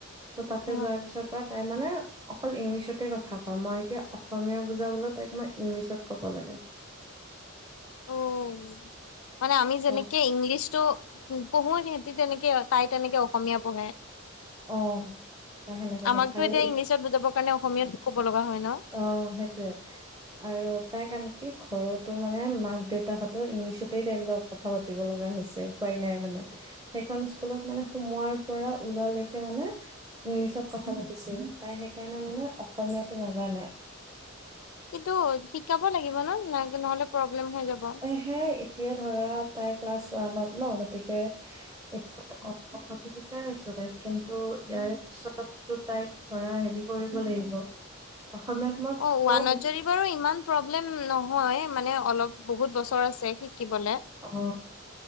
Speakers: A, on the right; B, on the left.
A: ত' তাতে
B: উম
A: যোৱাৰ পিছৰ পৰা তাই মানে অকল ইংলিছতে কথা কয়, মই এতিয়া অসমীয়া বুজাবলৈ তাইক মই ইংলিছত ক'ব লাগে।
B: অ <unintelligible> মানে আমি যেনেকে
A: অ',
B: ইংলিছটো পঢ়ো সিহতে তেনেকে, তাই তেনেকে অসমীয়া পঢ়ে।
A: অ'। তাই সেনেকে
B: আমাকতো
A: কয় আৰু
B: এতিয়া ইংলিছত বুজাব কাৰণে অসমীয়াত ক'ব লগা হয় ন?
A: অ', সেইটোয়ে আৰু তাই <unintelligible> কি ঘৰতো মানে মাক দেউতাকহতেওঁ ইংলিছতেই তাই লগত কথা পাতিব লগা হৈছে উপায় নাই মানে, সেইখন স্কুলত মানে সোমোৱাৰ পৰা ওলোৱালৈকে মানে, ইংলিছত কথা পাতিছিল। তাই সেইকাৰণে মানে অসমীয়াতো নাযা জানে।
B: কিন্তু শিকাব লাগিব ন', নহলে প্ৰব <unintelligible> হৈ যাব।
A: হে এতিয়া ধৰা তাই ক্লাছ ওৱানত ন', গতিকে <unintelligible> শিকাই আছো তাইক, কিন্তু ইয়াৰে পিছতো তাইক ধৰা হেৰি কৰিব লাগিব। অসমীয়াত মই
B: অ' ওৱানত
A: কম
B: যৰি বাৰু ইমান প্ৰব্লেম নহয় হয় মানে অলপ বহুত বছৰ আছে শ কি বলে,
A: অ